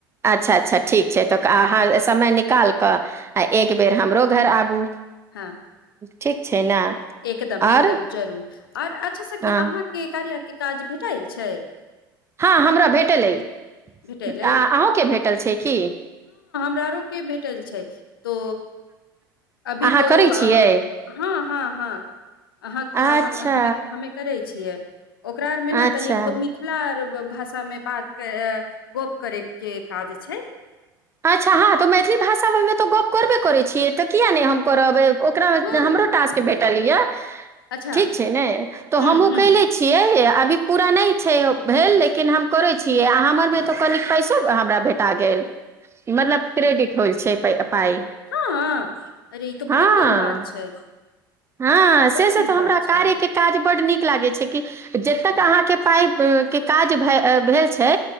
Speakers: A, on the right (about 20°); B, on the left (about 80°).
A: अच्छा अच्छा ठीक छै त आहाँ
B: हँ
A: समय नि निकाल कऽ आ एक बेेर हमरो घर आबू
B: हँ
A: ठीक छै ने
B: एकदम
A: आओर
B: एकदम जरूर आओर अच्छह सखी
A: हँ
B: अहाँके कार्या के काज भेटाइल छै
A: हँ हमरा भेटल अइ
B: भेटल अइ
A: आ अहूँके भेटल छै की
B: प्रारो के भेटल छै तो अभी
A: अहाँ
B: तो
A: करै
B: हँ
A: छियै
B: हँ हँ अहाँ
A: अच्छा
B: हमे हमे हमे करै छियै ओकरा आर मे न
A: अच्छा
B: तनि मिथिला आर भाषामे बात क गप करैके काज छै
A: अच्छा हँ तऽ मैथिली भाषामे तऽ गप्प करबे करै छियै तऽ किया नहि हम करबै ओकरा एते
B: हूँ
A: हमरो टाक्स भेटल यऽ
B: अच्छा
A: ठीक छै नय तऽ
B: हूँ
A: हमहु
B: हूँ
A: केयले छियै ए आब अभी पूरा नहि छै भेल लेकिन हम करै छियै आ हमरमे तऽ कनि पैसो हमरा भेटा गेल मतलब क्रेडिट <unintelligible> पाइ
B: हँ अ अरे ई तो
A: हँ
B: बड़ी नीक बात छै
A: हँ
B: ई
A: से
B: बड़ी
A: से
B: नीक
A: तऽ हमरा
B: बात छै
A: कार्य के काज बड्ड नीक लागै छै कि जतेक अहाँके पाइ के काज भेल छै